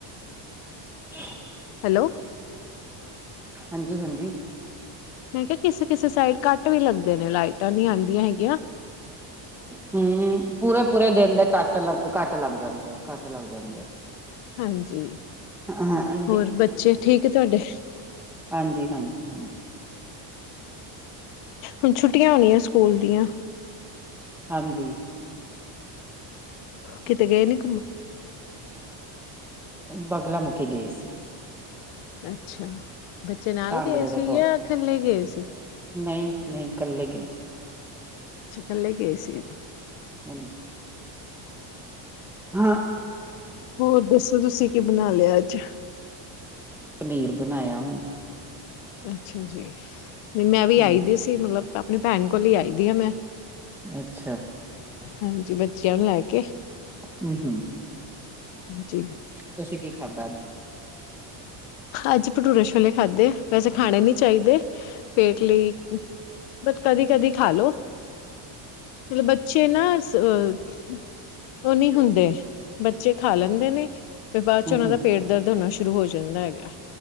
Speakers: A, in the centre; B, on the left (about 75°).
A: ਕੀਅ?
B: ਹੈਲੋ
A: ਹਾਂਜੀ, ਹਾਂਜੀ।
B: ਮੈ ਕੇਆ ਕਿਸੇ ਕਿਸੇ ਸਾਈਡ ਕੱਟ ਵੀ ਲੱਗਦੇ ਨੇ ਲਾਈਟਾ ਨੀ ਆਂਦੀਆ ਹੈਗੀਆ।
A: ਹੂੰ, ਪੂਰੇ ਪੂਰੇ ਦਿਨ ਦੇ ਕੱਟ ਲੱਗ ਕੱਟ ਲੱਗ ਜਾਂਦੇ, ਕੱਟ ਲੱਗ ਜਾਂਦੇ।
B: ਹਾਂਜੀ,
A: ਹਾਂਜੀ
B: ਹੋਰ ਬੱਚੇ ਠੀਕ ਤੋਆਡੇ?
A: ਹਾਂਜੀ ਹਾਂਜੀ ਹਾਂਜੀ
B: ਹੁਨ ਛੁੱਟੀਆ ਹੋਨੀਆ ਸਕੂਲ ਦੀਆ?
A: ਹਾਂਜੀ।
B: ਕਿਤੇ ਗਏ ਨੀ ਘੁੰਮਣ?
A: ਬਗਲਾ ਮੁਖੀ ਗਏ ਸੀ।
B: ਅੱਛਾ। ਬੱਚੇ ਨਾਲ
A: ਕਾਂਗੜੇ
B: ਗਏ
A: ਦੇ
B: ਸੀ
A: ਕੋਲ
B: ਜਾਂ ਕੱਲੇ ਗਏ ਸੀ?
A: ਨਹੀਂ ਨਹੀਂ ਇਕੱਲੇ ਗਏ ਸੀ।
B: ਕੱਲੇ ਗਏ ਸੀ।
A: ਹਾਂਜੀ। ਹਾਂ
B: ਹੋਰ ਦੱਸੋ ਤੁਸੀਂ ਕੀ ਬਣਾ ਲਿਆ ਅੱਜ?
A: ਪਨੀਰ ਬਣਾਇਆ।
B: ਅੱਛਾ ਜੀ। ਮੈਂ ਵੀ
A: ਹਮ
B: ਆਈ ਦੀ ਸੀ ਮਤਲਬ। ਆਪਣੀ ਭੈਣ ਕੋਲ ਹੀ ਆਈ ਦੀ ਆ, ਮੈਂ।
A: ਅੱਛਾ
B: ਹਾਂਜੀ, ਬੱਚਿਆਂ ਨੂੰ ਲੈ ਕੇ।
A: ਹਮ, ਹਮ।
B: ਜੀ
A: ਤਸੀ ਕੀ <unintelligible>
B: ਅੱਜ ਭਟੂਰੇ ਛੋਲੇ ਖਾਧੇ। ਵੈਸੇ ਖਾਣੇ ਨੀ ਚਾਹੀਦੇ, ਪੇਟ ਲਈ ਬ ਕਦੀ ਕਦੀ ਖਾ ਲੋ। ਮਤਲਬ ਬੱਚੇ ਨਾ, ਅ ਉਹ ਨਹੀਂ ਹੁੰਦੇ, ਬੱਚੇ ਖਾ ਲੈਂਦੇ ਨੇ। ਬਾਅਦ ਚ
A: ਹਮ
B: ਉਹਨਾਂ
A: ਹਮ
B: ਦਾ ਪੇਟ ਦਰਦ ਹੋਣਾ ਸ਼ੁਰੂ ਹੋ ਜਾਂਦਾ ਹੈਗਾ।